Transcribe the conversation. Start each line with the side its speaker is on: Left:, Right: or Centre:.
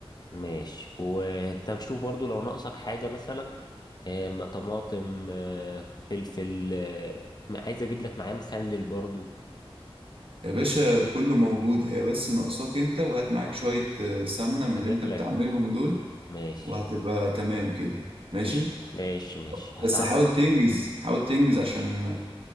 Left: ماشي وانت بشوف برضو لو ناقصك حاجة مثلا إيه م- طماطم آه، فلفل آه، م- عايز اجيب لك معاه مخلل برضو
Right: يا باشا كله موجود هي بس ناقصاك انت وهات معاك شوية آه، سمنة من
Left: هجيب
Right: اللي انت بتعملهم
Left: لك
Right: دول
Left: ماشي
Right: وهتبقى تمام كده ماشي
Left: قشطة. ماشي ماشي هساعدك
Right: بس حاول تنجز حاول تنجز عشان